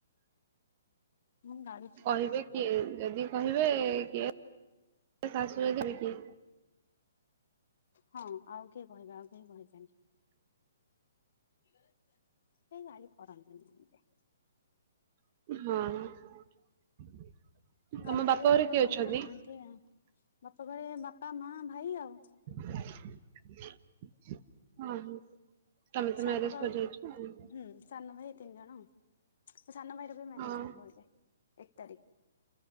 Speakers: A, on the left (about 55°); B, on the right (about 35°).
A: ମୁଁ ଗାଳି
B: କହିବେ କିଏ ଯଦି କହିବେ କିଏ ଶାଶୁ <unintelligible> କିଏ।
A: ହଁ ଆଉ କିଏ କହିବେ ଆଉ କେହି କହିବେନି। କେହି ଗାଳି କରନ୍ତିନି ମତେ।
B: ହଁ।
A: ଗାଳି
B: ତମ
A: କରିବା
B: ବାପ ଘରେ
A: ଲୋକ
B: କିଏ
A: କେହି
B: ଅଛନ୍ତି?
A: ତ ନାହାନ୍ତି ଆଉ ବାପ ଘରେ ବାପା, ମା, ଭାଇ ଆଉ।
B: <unintelligible> ଅ ହୁଁ ତମେ ତ ମ୍ୟାରେଜ
A: ସାନ
B: କରିଯାଇଛ
A: ଭାଇ
B: <inaudible>
A: ହୁଁ ସାନ ଭାଇ ତିନି ଜଣ। ସାନ ଭାଇର ବି ମ୍ୟାରେଜ
B: ହଁ
A: ହବ ଏବେ ଏକ ତାରିଖ।